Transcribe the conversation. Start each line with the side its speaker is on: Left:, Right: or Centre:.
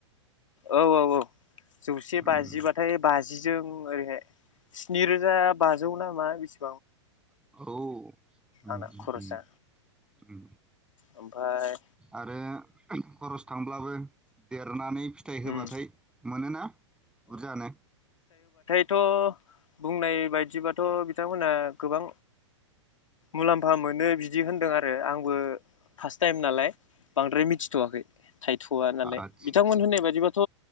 Left: औ औ औ जौसे
Centre: उम
Left: बाजिबाथाय बाजिजों ओरैहाय स्नि रोजा बाजौ नामा बिसि
Centre: औ उम
Left: आंना खरसा
Centre: उम‌‌ उम
Left: ओमफाय
Centre: आरो खरस थांब्लाबो देरनानै फिथाइ होबाथाय
Left: उम
Centre: मोनोना बुरजानो?
Left: थ' बुंनाय बायदिबाथ' बिथांमोनहा गोबां मुलाम्फा मोनो बिदि होनदों आरो आंबो फार्स्ट टाइम नालाय बांद्राय मिथिथ'वाखै। थायथ'आ नालाय
Centre: आदसा
Left: बिथांमोन
Centre: आदसा
Left: होननाय बाथ'